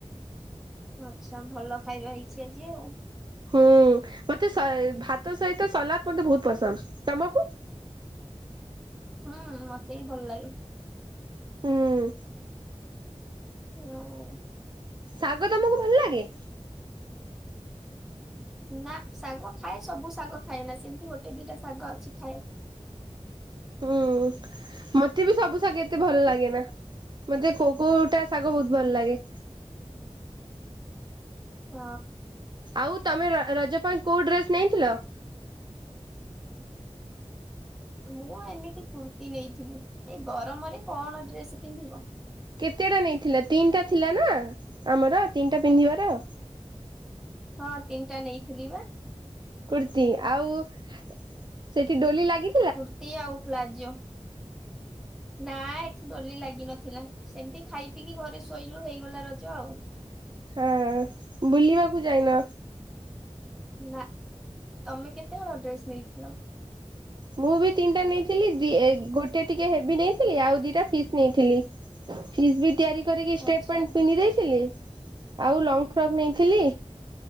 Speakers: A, in the centre; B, on the right (about 40°).
A: ଆଚ୍ଛା ଭଲ ଖାଇବା ହେଇଛି ଆଜି ଆଉ।
B: ହୁଁ। ମତେ ସ ଭାତ ସହିତ ସଲାଦ ମତେ ବହୁତ ପସନ୍ଦ। ତମକୁ?
A: ହୁଁ ମତେ ବି ଭଲ ଲାଗେ।
B: ହୁଁ।
A: <unintelligible>
B: ଶାଗ ତମକୁ ଭଲ ଲାଗେ?
A: ନା ଶାଗ ଖାଏ ସବୁ ଶାଗ ଖାଏ ନା ସେମିତି ଗୋଟେ ଦିଟା ଶାଗ ଅଛି ଖାଏ।
B: ହୁଁ ମତେ ବି ସବୁ ଶାଗ ଏତେ ଭଲ ଲାଗେନା। ମତେ କୋଉ କୋଉଟା ଶାଗ
A: ହୁଁ
B: ବହୁତ ଭଲ ଲାଗେ।
A: ହଁ।
B: ଆଉ ତମେ ରଜ ପାଇଁ କୋଉଁ ଡ୍ରେସ୍ ନେଇଥିଲ?
A: ମୁଁ ଏମିତି କୁର୍ତ୍ତି ନେଇଥିଲି। ଏଇ ଗରମରେ କଣ ଡ୍ରେସ ପିନ୍ଧିବ।
B: କେତେ ଟା ନେଇଥିଲା? ତିନିଟା ଥିଲା ନା ଆମର ତିନିଟା ପିନ୍ଧିବାର।
A: ହଁ ତିନିଟା ନେଇଥିଲି ପା।
B: କୁର୍ତ୍ତି। ଆଉ ସେଠି ଡୋଲି ଲାଗି
A: କୁର୍ତି ଆଉ ପ୍ଲାଜୋ। ନା ଏଠି ଦୋଳି ଲାଗିିନଥିଲା। ସେମିତି ଖାଇ ପିଇକି ଘରେ ଶୋଇଲୁ ହେଇଗଲା ରଜ ଆଉ।
B: ହଁ। ବୁଲିବାକୁ ଯାଇନ?
A: ନା। ତମେ କେତେ ହଳ ଡ୍ରେସ ନେଇଥିଲ?
B: ମୁଁ ବି ତିନିଟା ନେଇଥିଲି। ଦି ଗୋଟେ ଟିକେ ହେଭି ନେଇଥିଲି ଆଉ ଦିଟା ଥିକ୍ ନେଇଥିଲି। ଫିସ୍ ବି ତିଆରି କରିକି ଷ୍ଟେଟ୍
A: ଆଚ୍ଛା
B: ପେଣ୍ଟ ପିନ୍ଧି ଦେଇଥିଲି। ଆଉ ଲଙ୍ଗ ଫ୍ରକ୍ ନେଇଥିଲି।